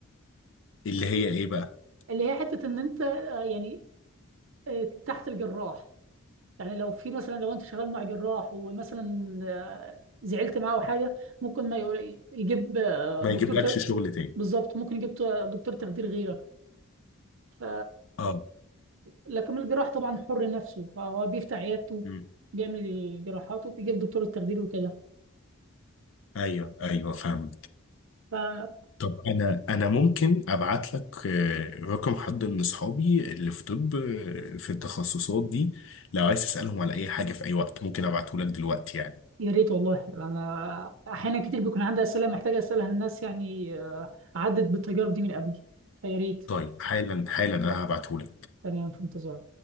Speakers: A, on the left (about 60°); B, on the right (about 60°).
A: اللي هي ايه بقى
B: اللي هي حته ان انت آه، يعني آه، تحت الجراح يعني لو في مثلا لو انت شغال مع جراح ومثلا آه، زعلت معاه او حاجه ممكن ما يقول يجيب آه،
A: ما
B: دكتور
A: يجيبلكش
B: ت...
A: شغل تاني
B: بالظبط ممكن يجيب ت- دكتور تخدير غيرك ف
A: اه
B: لكن الجراح طبعا حر نفسه فهو بيفتح عيادته
A: امم
B: بيعمل جراحاته بيجيب دكتور التخدير وكده
A: ايوه ايوه فهمت
B: فيا
A: طب انا انا ممكن ابعت لك آه، رقم حد من اصحابي اللي في طب آه، في التخصصات دي لو عايز تسالهم على اي حاجه في اي وقت ممكن ابعته لك دلوقتي يعني
B: ريت والله انا احيانا كتير بيكون عندي اسئله محتاجه اسالها للناس يعني آه، عدت بالتجارب دي من قبل فيا ريت
A: طيب حالا حالا انا هبعته لك
B: تمام في انتظار